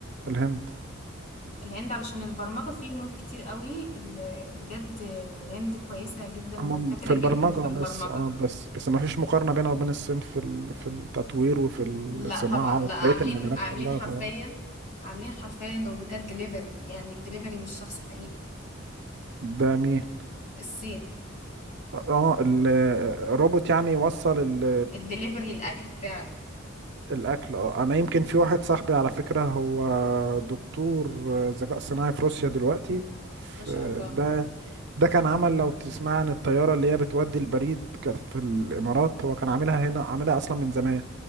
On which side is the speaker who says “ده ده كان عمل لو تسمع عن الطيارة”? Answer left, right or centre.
Right